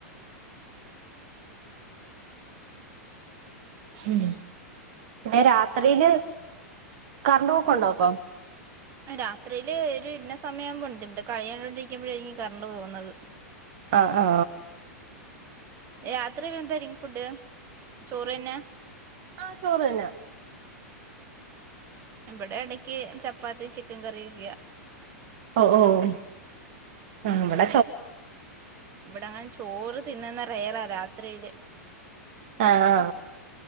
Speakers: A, on the right (about 45°); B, on the right (about 25°).
A: ഉം പിന്നെ രാത്രിയില് കരണ്ട് പൂക്കുണ്ടോ അപ്പം
B: രാത്രിയില് ഒരു ഇന്ന സമയം ആവുമ്പോണ്ട് ഇവിടെ കളിയണ്ടോണ്ടിരിക്കുമ്പോഴായിരിക്കും കറണ്ട് പോകുന്നത്
A: ആ ആ
B: രാത്രി വന്തായിരിക്കും ഫുഡ് ചോറ് തന്നെ
A: ആ ചോറ് തന്നാ
B: ഇവിടെ ഇടക്ക് ചപ്പാത്തി ചിക്കൻ കറി ഒക്കാ
A: ഓ ഓ ഓ ആള
B: ഇവിടെങ്ങനെ ചോറ് തിന്നുന്ന റയറാ രാത്രിയില്
A: ആ ആ